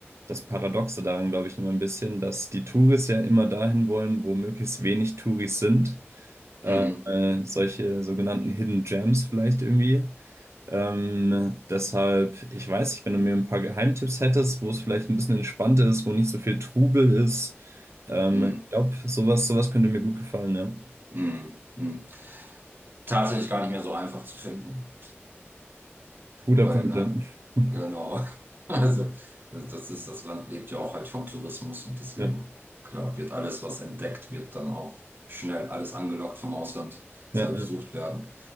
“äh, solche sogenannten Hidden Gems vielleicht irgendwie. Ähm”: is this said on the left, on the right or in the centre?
Right